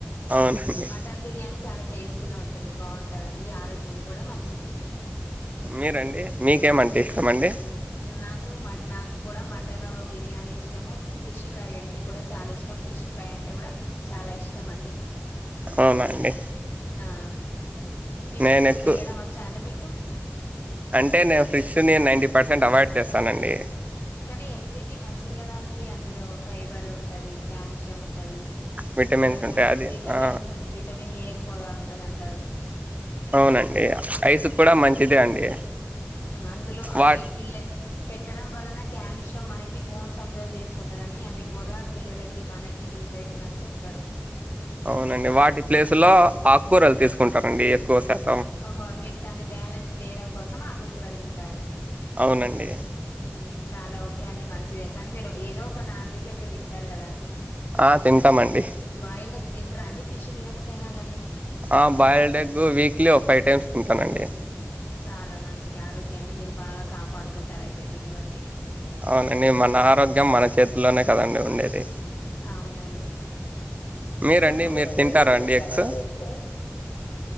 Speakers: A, on the right; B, on the left.
A: అవునండి
B: మటన్ బిర్యానీ చాలా టేస్టీగా ఉంటుంది, బావుం టదండి ఆరోగ్యానికి కూడా మంచిదే.
A: మీరండి? మీకేమంటే
B: నే
A: ఇష్టమండి
B: నాకు మట్ నాకు కూడా మట్ మటన్ బిర్యానీ ఇష్టము, ఫిష్ కర్రీ అంటే కూడా చాలా ఇష్టం. ఫిష్ ఫ్రై అంటే కూడా చాలా ఇష్టం మండి.
A: అవునా అండి.
B: ఆ ఫిష్
A: నేను
B: ఫ్రై
A: ఎక్కువ
B: చేయడం వచ్చాఅండి మీకు?
A: అంటే నేను ఫిష్ ని నైంటీ పర్సెంట్ అవాయిడ్ చేస్తానండి.
B: కానీ హెల్త్ కి మంచిది కదా అండి. అందులో ఫైబర్ ఉంటది, క్యాల్షియం ఉం ఉంటది.
A: విటమిన్స్
B: తర్వాత
A: ఉంటాయి అది
B: విటమిన్స్
A: ఆ
B: ఉ విటమిన్ ఏ ఎక్కువగా ఉంటది అంటారు.
A: అవునండి. ఐస్ కూడా మంచిదే అండి
B: అందులో అ
A: వా
B: ఫి పిల్ల పెట్టడం వలన క్యాల్షియం మనకి బోన్స్ అబ్సర్వ్ చేసుకుంటదని, అది ఎక్కువగా పిల్లలకి మనకి యూజ్ అయితదని చెప్తరు. రు
A: అవునండి వాటి ప్లేసులో ఆకూరలు తీసుకుంటారండి ఎక్కువ శాతం
B: ఓహో మీరు దాన్ని బ్యాలెన్స్ చేయడం కోసం ఆకుకూరలు తింటారు
A: అవునండి
B: హ్మ్ చాలా ఓకే అండి మంచిదే కానీ మీరు ఏదో ఒక నాన్ వెజ్ అయితే తింటారు కదా అండి
A: ఆ తింటామండి
B: బయిల్డ్ ఎగ్ తింటారా అండి ఫిష్ తినకపోయినా గాని
A: ఆ బాయిల్డ్ ఎగ్ వీక్లీ ఒక ఫైవ్ టైమ్స్ తింటానండి
B: చాలా మంచిగా ఆరోగ్యాన్ని మీరు బాగా కాపాడుకుంటారు అయితే దీన్ని బట్టి
A: అవునండి
B: హ్మ్.
A: మన ఆరోగ్యం మన చేతుల్లోనే కదండి ఉండేది
B: అవునండి
A: మీరండి
B: ఎవరు అండి
A: తింటారా
B: మీరు తింటారండి
A: ఎగ్స్
B: ఎగ్